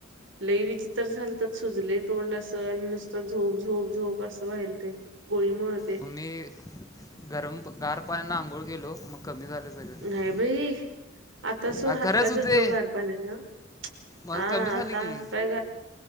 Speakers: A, on the right; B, on the left.
A: लई विचित्र झालतात सुजले तोंड असं आणि नुसतं झोप झोप झोप असं वा्हाल ते गोळी मुळेत
B: मग मी गरम गार पाण्याना आंघोळ केलो मग. कमी झालं सगळं
A: नाही भाई आता सोड
B: हा
A: हातपाय
B: खरंच होते
A: धुतलो घार पाण्या ना.
B: माझं
A: हा
B: कमी झालं
A: आता
B: की
A: हात पाय.